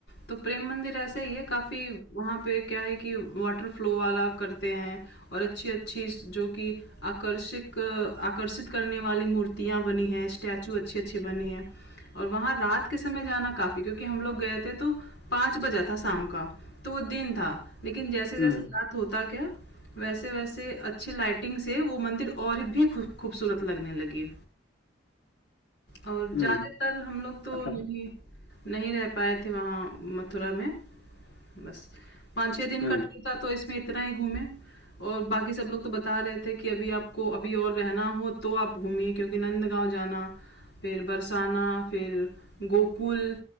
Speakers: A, on the left; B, on the left.
A: तो प्रेम मंदिर ऐसा ही है काफ़ी वहाँ पे क्या है कि वाटर फ्लो वाला करते हैं और अच्छी अच्छी जो कि आकर्षक आकर्षित करने वाली मूर्तियाँ बनी हैं स्टैचू अच्छी अच्छी बनी हैं और वहाँ रात के समय जाना काफ़ी क्योंकि हम लोग गए थे तो पाँच बजा था शाम का तो वो दिन था लेकिन जैसे जैसे
B: हम्म
A: रात होता गया वैसे वैसे अच्छी लाइटिंग से वो मंदिर और भी खूब- खूबसूरत लगने लगी और
B: हम्म
A: ज़्यादातर हम लोग तो
B: मतलब
A: नहीं नहीं रह पाए थे वहाँ मथुरा में बस पाँच छः दिन
B: हम्म
A: का ट्रिप था तो इसमें इतना ही घूमे और बाकी सब लोग तो बता रहे थे कि अभी आपको अभी और रहना हो तो आप घूमिए क्योंकि नंदगांव जाना फिर बरसाना फिर गोकुल